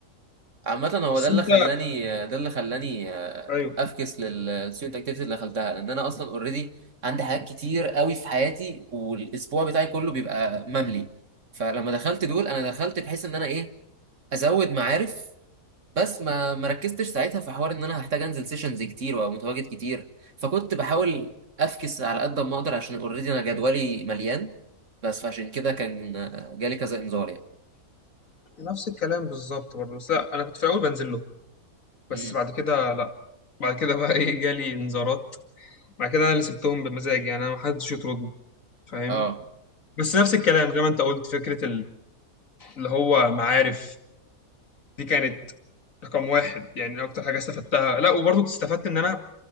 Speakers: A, on the right; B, on the left.
A: عامة هو
B: بس
A: ده اللي
B: انت
A: خلاني ده اللي خلاني آه،
B: ايوه
A: افكس للستودنت اكتيفيتي اللي دخلتها لان انا اصلا اوريدي عندي حاجات كتير قوي في حياتي والاسبوع بتاعي كله بيبقى مملي فلما دخلت دول انا دخلت بحيث ان انا ايه ازود معارف بس ما ما ركزتش ساعتها في حوار ان انا هحتاج انزل سيشنز كتير وابقى متواجد كتير فكنت بحاول افكس على قد ما اقدر عشان اوريدي انا جدولي مليان بس فعشان كده كان آه، جالي كذا انذار يعني
B: نفس الكلام بالظبط برضه بس لا انا كنت في الاول بنزل له بس
A: امم
B: بعد كده لا بعد كده بقى ايه جالي انذارات بعد كده انا اللي سبتهم بمزاج يعني انا ما حدش يطردني فاهم
A: اه
B: بس نفس الكلام زي ما انت قلت فكره ال- اللي هو معارف دي كانت رقم واحد يعني اكتر حاجه استفدتها لا وبرضه كنت استفدت ان انا